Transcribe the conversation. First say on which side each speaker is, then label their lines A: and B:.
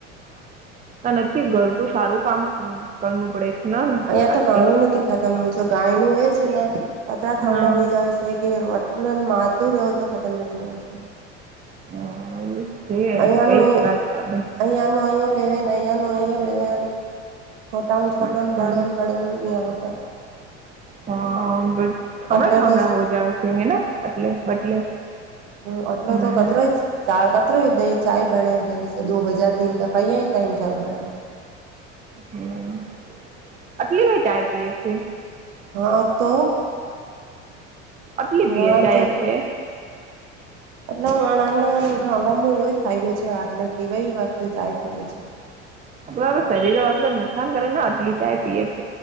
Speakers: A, on the right; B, on the right.
A: નક્કી ઘર તો સારું કામ કરવું પડે. છે ને
B: અહીિયાયા તો
A: આતે
B: કામ નથી ખતમ હોતો. ગાય નું એ છે ને અત થામડા
A: હા
B: હોઈ જાય છે કે. માતું રહવું તો ખતમ નથી હોય છે.
A: હ એુંજ છે,
B: અહીંયાનું
A: કઈ કરા છેે.
B: અહીંયાનું અહીયો લેવેન અહીંયા નયો લેવેન. છોટા છોટને
A: અચ્છા
B: બડોન બડોન ય હોતા.
A: હા! બ થામડા
B: એટલે
A: થામડા
B: તો હ
A: હોજ આવે છે. હેના એટલે બટલે.
B: હ એટલે
A: હમ
B: તો કતરો જ ચ. કત દ ચાય બનાવી દેવી છે. દો બજા તન કહીંયા ટાઈમ ચાય બના છે.
A: હમ આટલી કઈ ચાય પીએ છે?
B: હા! તો?
A: આટલી પીજાય
B: માર તો
A: છે?
B: આટલા વણાના ગામડામાં એવું થાય ગય છે. આટલો કેવાઈ વખતે ચાય પીવે છે.
A: આપ શરીર આટલ જ નુકસાન કરે ને આટલી ચાય પીએ છીએ.